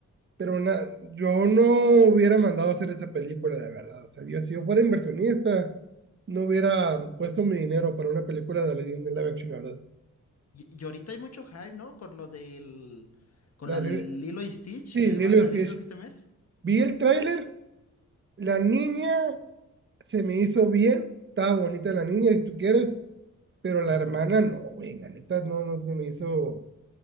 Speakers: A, on the right; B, on the left.
A: Pero na- yo no hubiera mandado a hacer esa película, la verdad. O sea, yo, si yo fuera inversionista, no hubiera puesto mi dinero para una película de Lady live action, la verdad.
B: Y, y ahorita hay mucho hype, ¿no? Con lo del, con
A: La
B: la
A: de-
B: del Lilo y Stitch
A: sí,
B: que
A: Lilo
B: va a salir
A: y Stitch.
B: creo que este mes.
A: Vi el tráiler, la niña se me hizo bien, estaba bonita la niña, si tú quieres, pero la
B: Ujú.
A: hermana no, güey, la neta no, no se me hizo